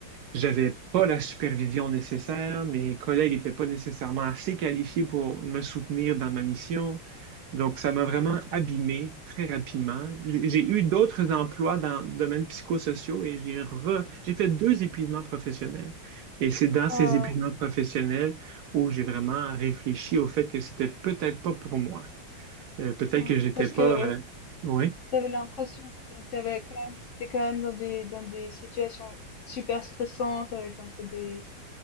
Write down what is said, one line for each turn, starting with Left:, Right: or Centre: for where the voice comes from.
Right: j'avais pas la supervision nécessaire, mes collègues n'étaient pas nécessairement assez qualifiés pour me soutenir dans ma mission. Donc, ça m'a vraiment abîmé très rapidement. J'ai j'ai eu d'autres emplois dans le domaine psychosociaux et j'ai re- j'ai fait deux épuisements professionnels. Et c'est dans
Left: Oh.
Right: ces épuisements professionnels où j'ai vraiment réfléchi au fait que c'était peut-être pas pour moi. Euh, peut-être
Left: Ouais,
Right: que j'étais
Left: parce
Right: pas,
Left: que
Right: euh, oui.
Left: tu avais l'impression que tu avais quand même tu étais quand même dans des dans des situations super stressantes avec un peu des